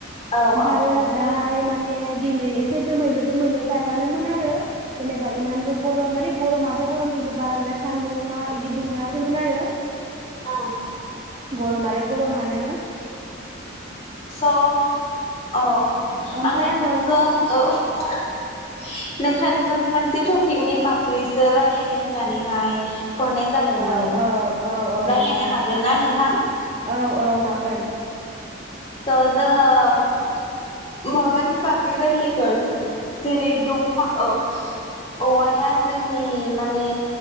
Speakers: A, on the left; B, on the right.
A: औ
B: ओमफ्रायो
A: औ
B: दाहाय मान माने दिनै एसे दोमैलु दोमैलु थायबानो मोन आरो जेने बा इमानबो गरम माने गरमाथ' गरम खिन्थु बाराद्राय सानदुं मा इदि दुङाखैमोन आरो।
A: ओं।
B: गरमा लाय गरमानो ।
A: स' औ
B: ओमफाय
A: आं नोंथांजों
B: आङो
A: औ <unintelligible> नों नोंथांजों मोनसे टपिकनि बागैसो रायलायनो होननानैहाय हरनाय जादोंमोन
B: औ औ औ औ
A: रायलायनो
B: नोंथां
A: हागोन ना नोंथां
B: औ औ हागोन।
A: स' जोङो माबानि बागै रायलायगोन जेरै दंफां औ औवाया जोंनि माने